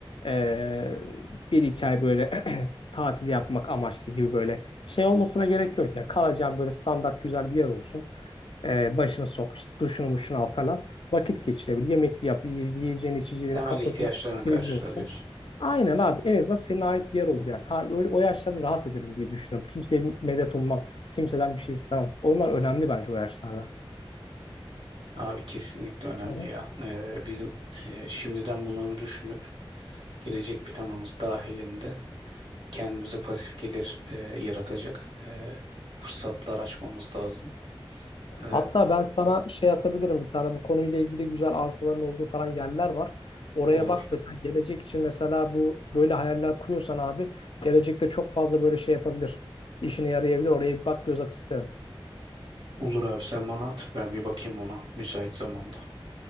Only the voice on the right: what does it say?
Temel
ihtiyaçlarını
karşıla
diyorsun.
Abi kesinlikle önemli
ya. E, bizim e, şimdiden bunları düşünüp gelecek planımız dahilinde kendimize pasif gelir e, yaratacak e, fırsatlar açmamız lazım. E,
olur.
Olur abi sen bana at ben bir bakayım ona müsait zamanda.